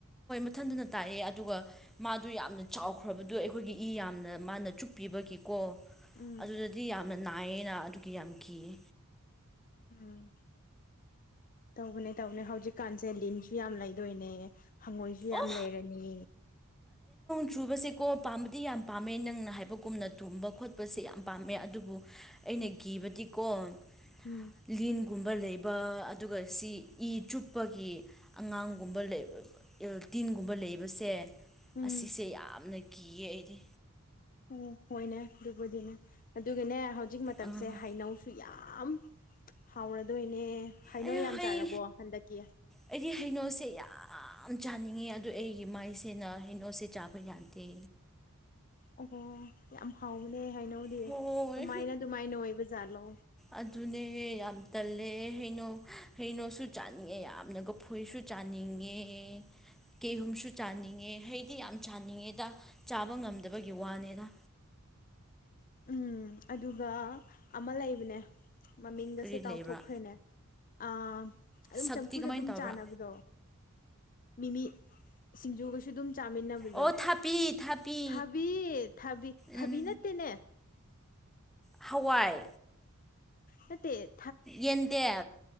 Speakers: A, in the centre; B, on the left.
A: ꯃꯊꯟꯗꯨꯅ ꯇꯥꯛꯑꯦ ꯑꯗꯨꯒ ꯃꯥꯗꯨ ꯌꯥꯝꯅ ꯆꯥꯎꯈ꯭ꯔꯕꯗ ꯑꯩꯈꯣꯏꯒꯤ ꯏ ꯌꯥꯝꯅ ꯃꯥꯅ ꯆꯨꯞꯄꯤꯕꯒꯤ ꯀꯣ
B: ꯎꯝ
A: ꯑꯗꯨꯗꯗꯤ ꯌꯥꯝꯅ ꯅꯥꯏꯌꯦꯅ ꯑꯗꯨꯒꯤ ꯌꯥꯝ ꯀꯤꯌꯦ
B: ꯎꯝ ꯇꯧꯕꯅꯦ ꯇꯧꯕꯅꯦ ꯍꯧꯖꯤꯛꯀꯥꯟꯁꯦ ꯂꯤꯟꯁꯨ ꯌꯥꯝ ꯂꯩꯗꯣꯏꯅꯦ ꯍꯪꯉꯣꯏꯁꯨ ꯌꯥꯝ
A: ꯑꯣ
B: ꯂꯩꯔꯅꯤ
A: ꯆꯨꯕꯕꯁꯤꯀꯣ ꯄꯥꯝꯕꯗꯤ ꯌꯥꯝ ꯄꯥꯝꯃꯦ ꯅꯪꯅ ꯍꯥꯏꯕꯒꯨꯝꯅ ꯇꯨꯝꯕ ꯈꯣꯠꯄꯁꯦ ꯌꯥꯝ ꯄꯥꯝꯃꯦ ꯑꯗꯨꯕꯨ ꯑꯩꯅ ꯀꯤꯕꯗꯤꯀꯣ
B: ꯎꯝ
A: ꯂꯤꯟꯒꯨꯝꯕ ꯂꯩꯕ ꯕ ꯑꯗꯨꯒ ꯁꯤ ꯏ ꯆꯨꯞꯄꯒꯤ ꯑꯉꯥꯡꯒꯨꯝꯕ ꯂꯩ ꯑꯦꯜꯇꯤꯟꯒꯨꯝꯕ ꯂꯩꯕꯁꯦ
B: ꯎꯝ
A: ꯑꯁꯤꯁꯦ ꯌꯥꯝꯅ ꯀꯤꯌꯦ ꯑꯩꯗꯤ
B: ꯑꯣ ꯍꯣꯏꯅꯦ ꯑꯗꯨꯕꯨꯗꯤꯅꯦ ꯑꯗꯨꯒꯅꯦ ꯍꯧꯖꯤꯛ ꯃꯇꯝꯁꯦ
A: ꯑꯥ
B: ꯍꯩꯅꯧꯁꯨ ꯌꯥꯝ ꯌꯥꯝ ꯍꯥꯎꯔꯗꯣꯏꯅꯦ ꯍꯥꯏꯅꯣ
A: ꯑꯩ
B: ꯌꯥꯝ
A: ꯍꯩ
B: ꯆꯥꯔꯕꯣ ꯍꯟꯗꯛꯀꯤ
A: ꯑꯩꯗꯤ ꯍꯩꯅꯧꯁꯦ ꯌꯥꯝ ꯆꯥꯅꯤꯡꯉꯤ ꯑꯗꯨ ꯑꯩꯒꯤ ꯃꯥꯏꯁꯦꯅ ꯍꯩꯅꯣꯁꯦ ꯆꯥꯕ ꯌꯥꯗꯦ
B: ꯑꯣꯍꯣ ꯈꯥꯎ ꯍꯥꯏꯅꯧꯗꯤ
A: ꯍꯣꯏ
B: ꯀꯃꯥꯏꯅ ꯑꯗꯨꯃꯥꯏꯅ ꯑꯣꯏꯕ ꯖꯥꯠꯂꯣ
A: ꯑꯗꯨꯅꯦ ꯌꯥꯝ ꯇꯜꯂꯦ ꯍꯩꯅꯣ ꯍꯩꯅꯣꯁꯨ ꯆꯥꯅꯤꯡꯉꯦ ꯌꯥꯝꯅꯒ ꯐꯨꯏꯁꯨ ꯆꯥꯅꯤꯡꯉꯦ ꯀꯦꯍꯨꯝꯁꯨ ꯆꯥꯅꯤꯡꯉꯦ ꯍꯩꯗꯤ ꯌꯥꯝ ꯆꯥꯅꯤꯡꯉꯦꯗ ꯆꯥꯕ ꯉꯝꯗꯕꯒꯤ ꯋꯥꯅꯤꯗ
B: <unintelligible> ꯎꯝ ꯑꯗꯨꯒ ꯑꯃ ꯂꯩꯕꯅꯦ ꯃꯃꯤꯡꯒꯁꯦ
A: ꯀꯔꯤ
B: ꯀꯥꯎꯊꯣꯛꯈ꯭ꯔꯦꯅꯦ
A: ꯂꯩꯕ꯭ꯔꯥ
B: ꯑ ꯑꯗꯨꯝ
A: ꯁꯛꯇꯤ
B: ꯆꯝꯐꯨꯗ
A: ꯀꯃꯥꯏꯅ
B: ꯑꯗꯨꯝ
A: ꯇꯧꯕ꯭ꯔꯥ
B: ꯆꯥꯅꯕꯗꯣ ꯃꯤꯃꯤ ꯁꯤꯡꯖꯨꯒꯁꯨ ꯑꯗꯨꯝ ꯆꯥꯃꯤꯟꯅꯕꯗꯣ
A: ꯑꯣ ꯊꯥꯄꯤ ꯊꯥꯄꯤ
B: ꯊꯕꯤ ꯊꯕꯤ ꯊꯕꯤ
A: ꯎꯝ
B: ꯅꯠꯇꯦꯅꯦ
A: ꯍꯋꯥꯏ
B: ꯃꯠꯇꯦ
A: ꯌꯦꯇ